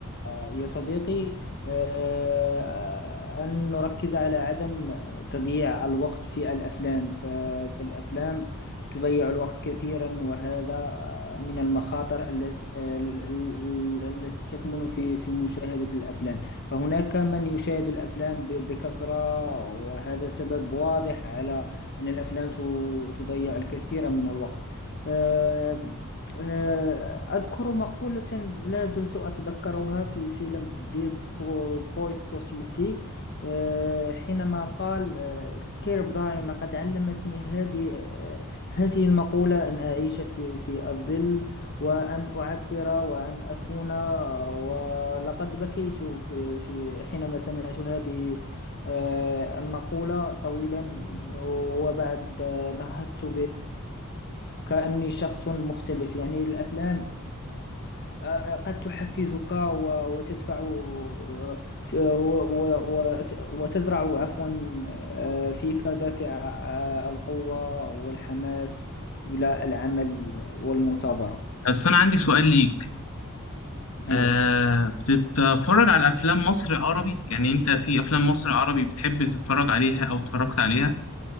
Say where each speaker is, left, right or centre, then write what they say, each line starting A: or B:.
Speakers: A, on the left (about 50°); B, on the left (about 70°).
A: آه، يا صديقي آه، آه، أن نركز على عدم تضييع الوقت في الأفلام ف- فالأفلام تضيع الوقت كثيرا وهذا آه، من المخاطر التي ال- ال- التي تكمن في في مشاهدة الأفلام فهناك من يشاهد الأفلام ب- بكثرة وهذا سبب واضح على أن الأفلام ت- تضيع الكثير من الوقت آم، آه، أذكر مقولة لا زلت أتذكرها في فيلم دي بو- بويت سوسيتي آه، حينما قال آه، كيرب دايم لقد علمتني هذه آه، هذه المقولة أن أعيش في في الظل وأن أعبر وأن أكون آه، ولقد بكيت في في حينما سمعت هذه آه، المقولة طويلا وبعد آه، نهضت كأني شخص مختلف يعني الأفلام آه، قد تحفزك و- وتدفع آه، ف- و- و- وت- وتزرع عفوا آه، فيك دافع آه، القوة والحماس إلى العمل والمثابرة
B: بس انا عندي سؤال ليك
A: أيوة
B: آه بتتفرج على أفلام مصر عربي يعني أنت في أفلام مصر عربي بتحب تتفرج عليها أو اتفرجت عليها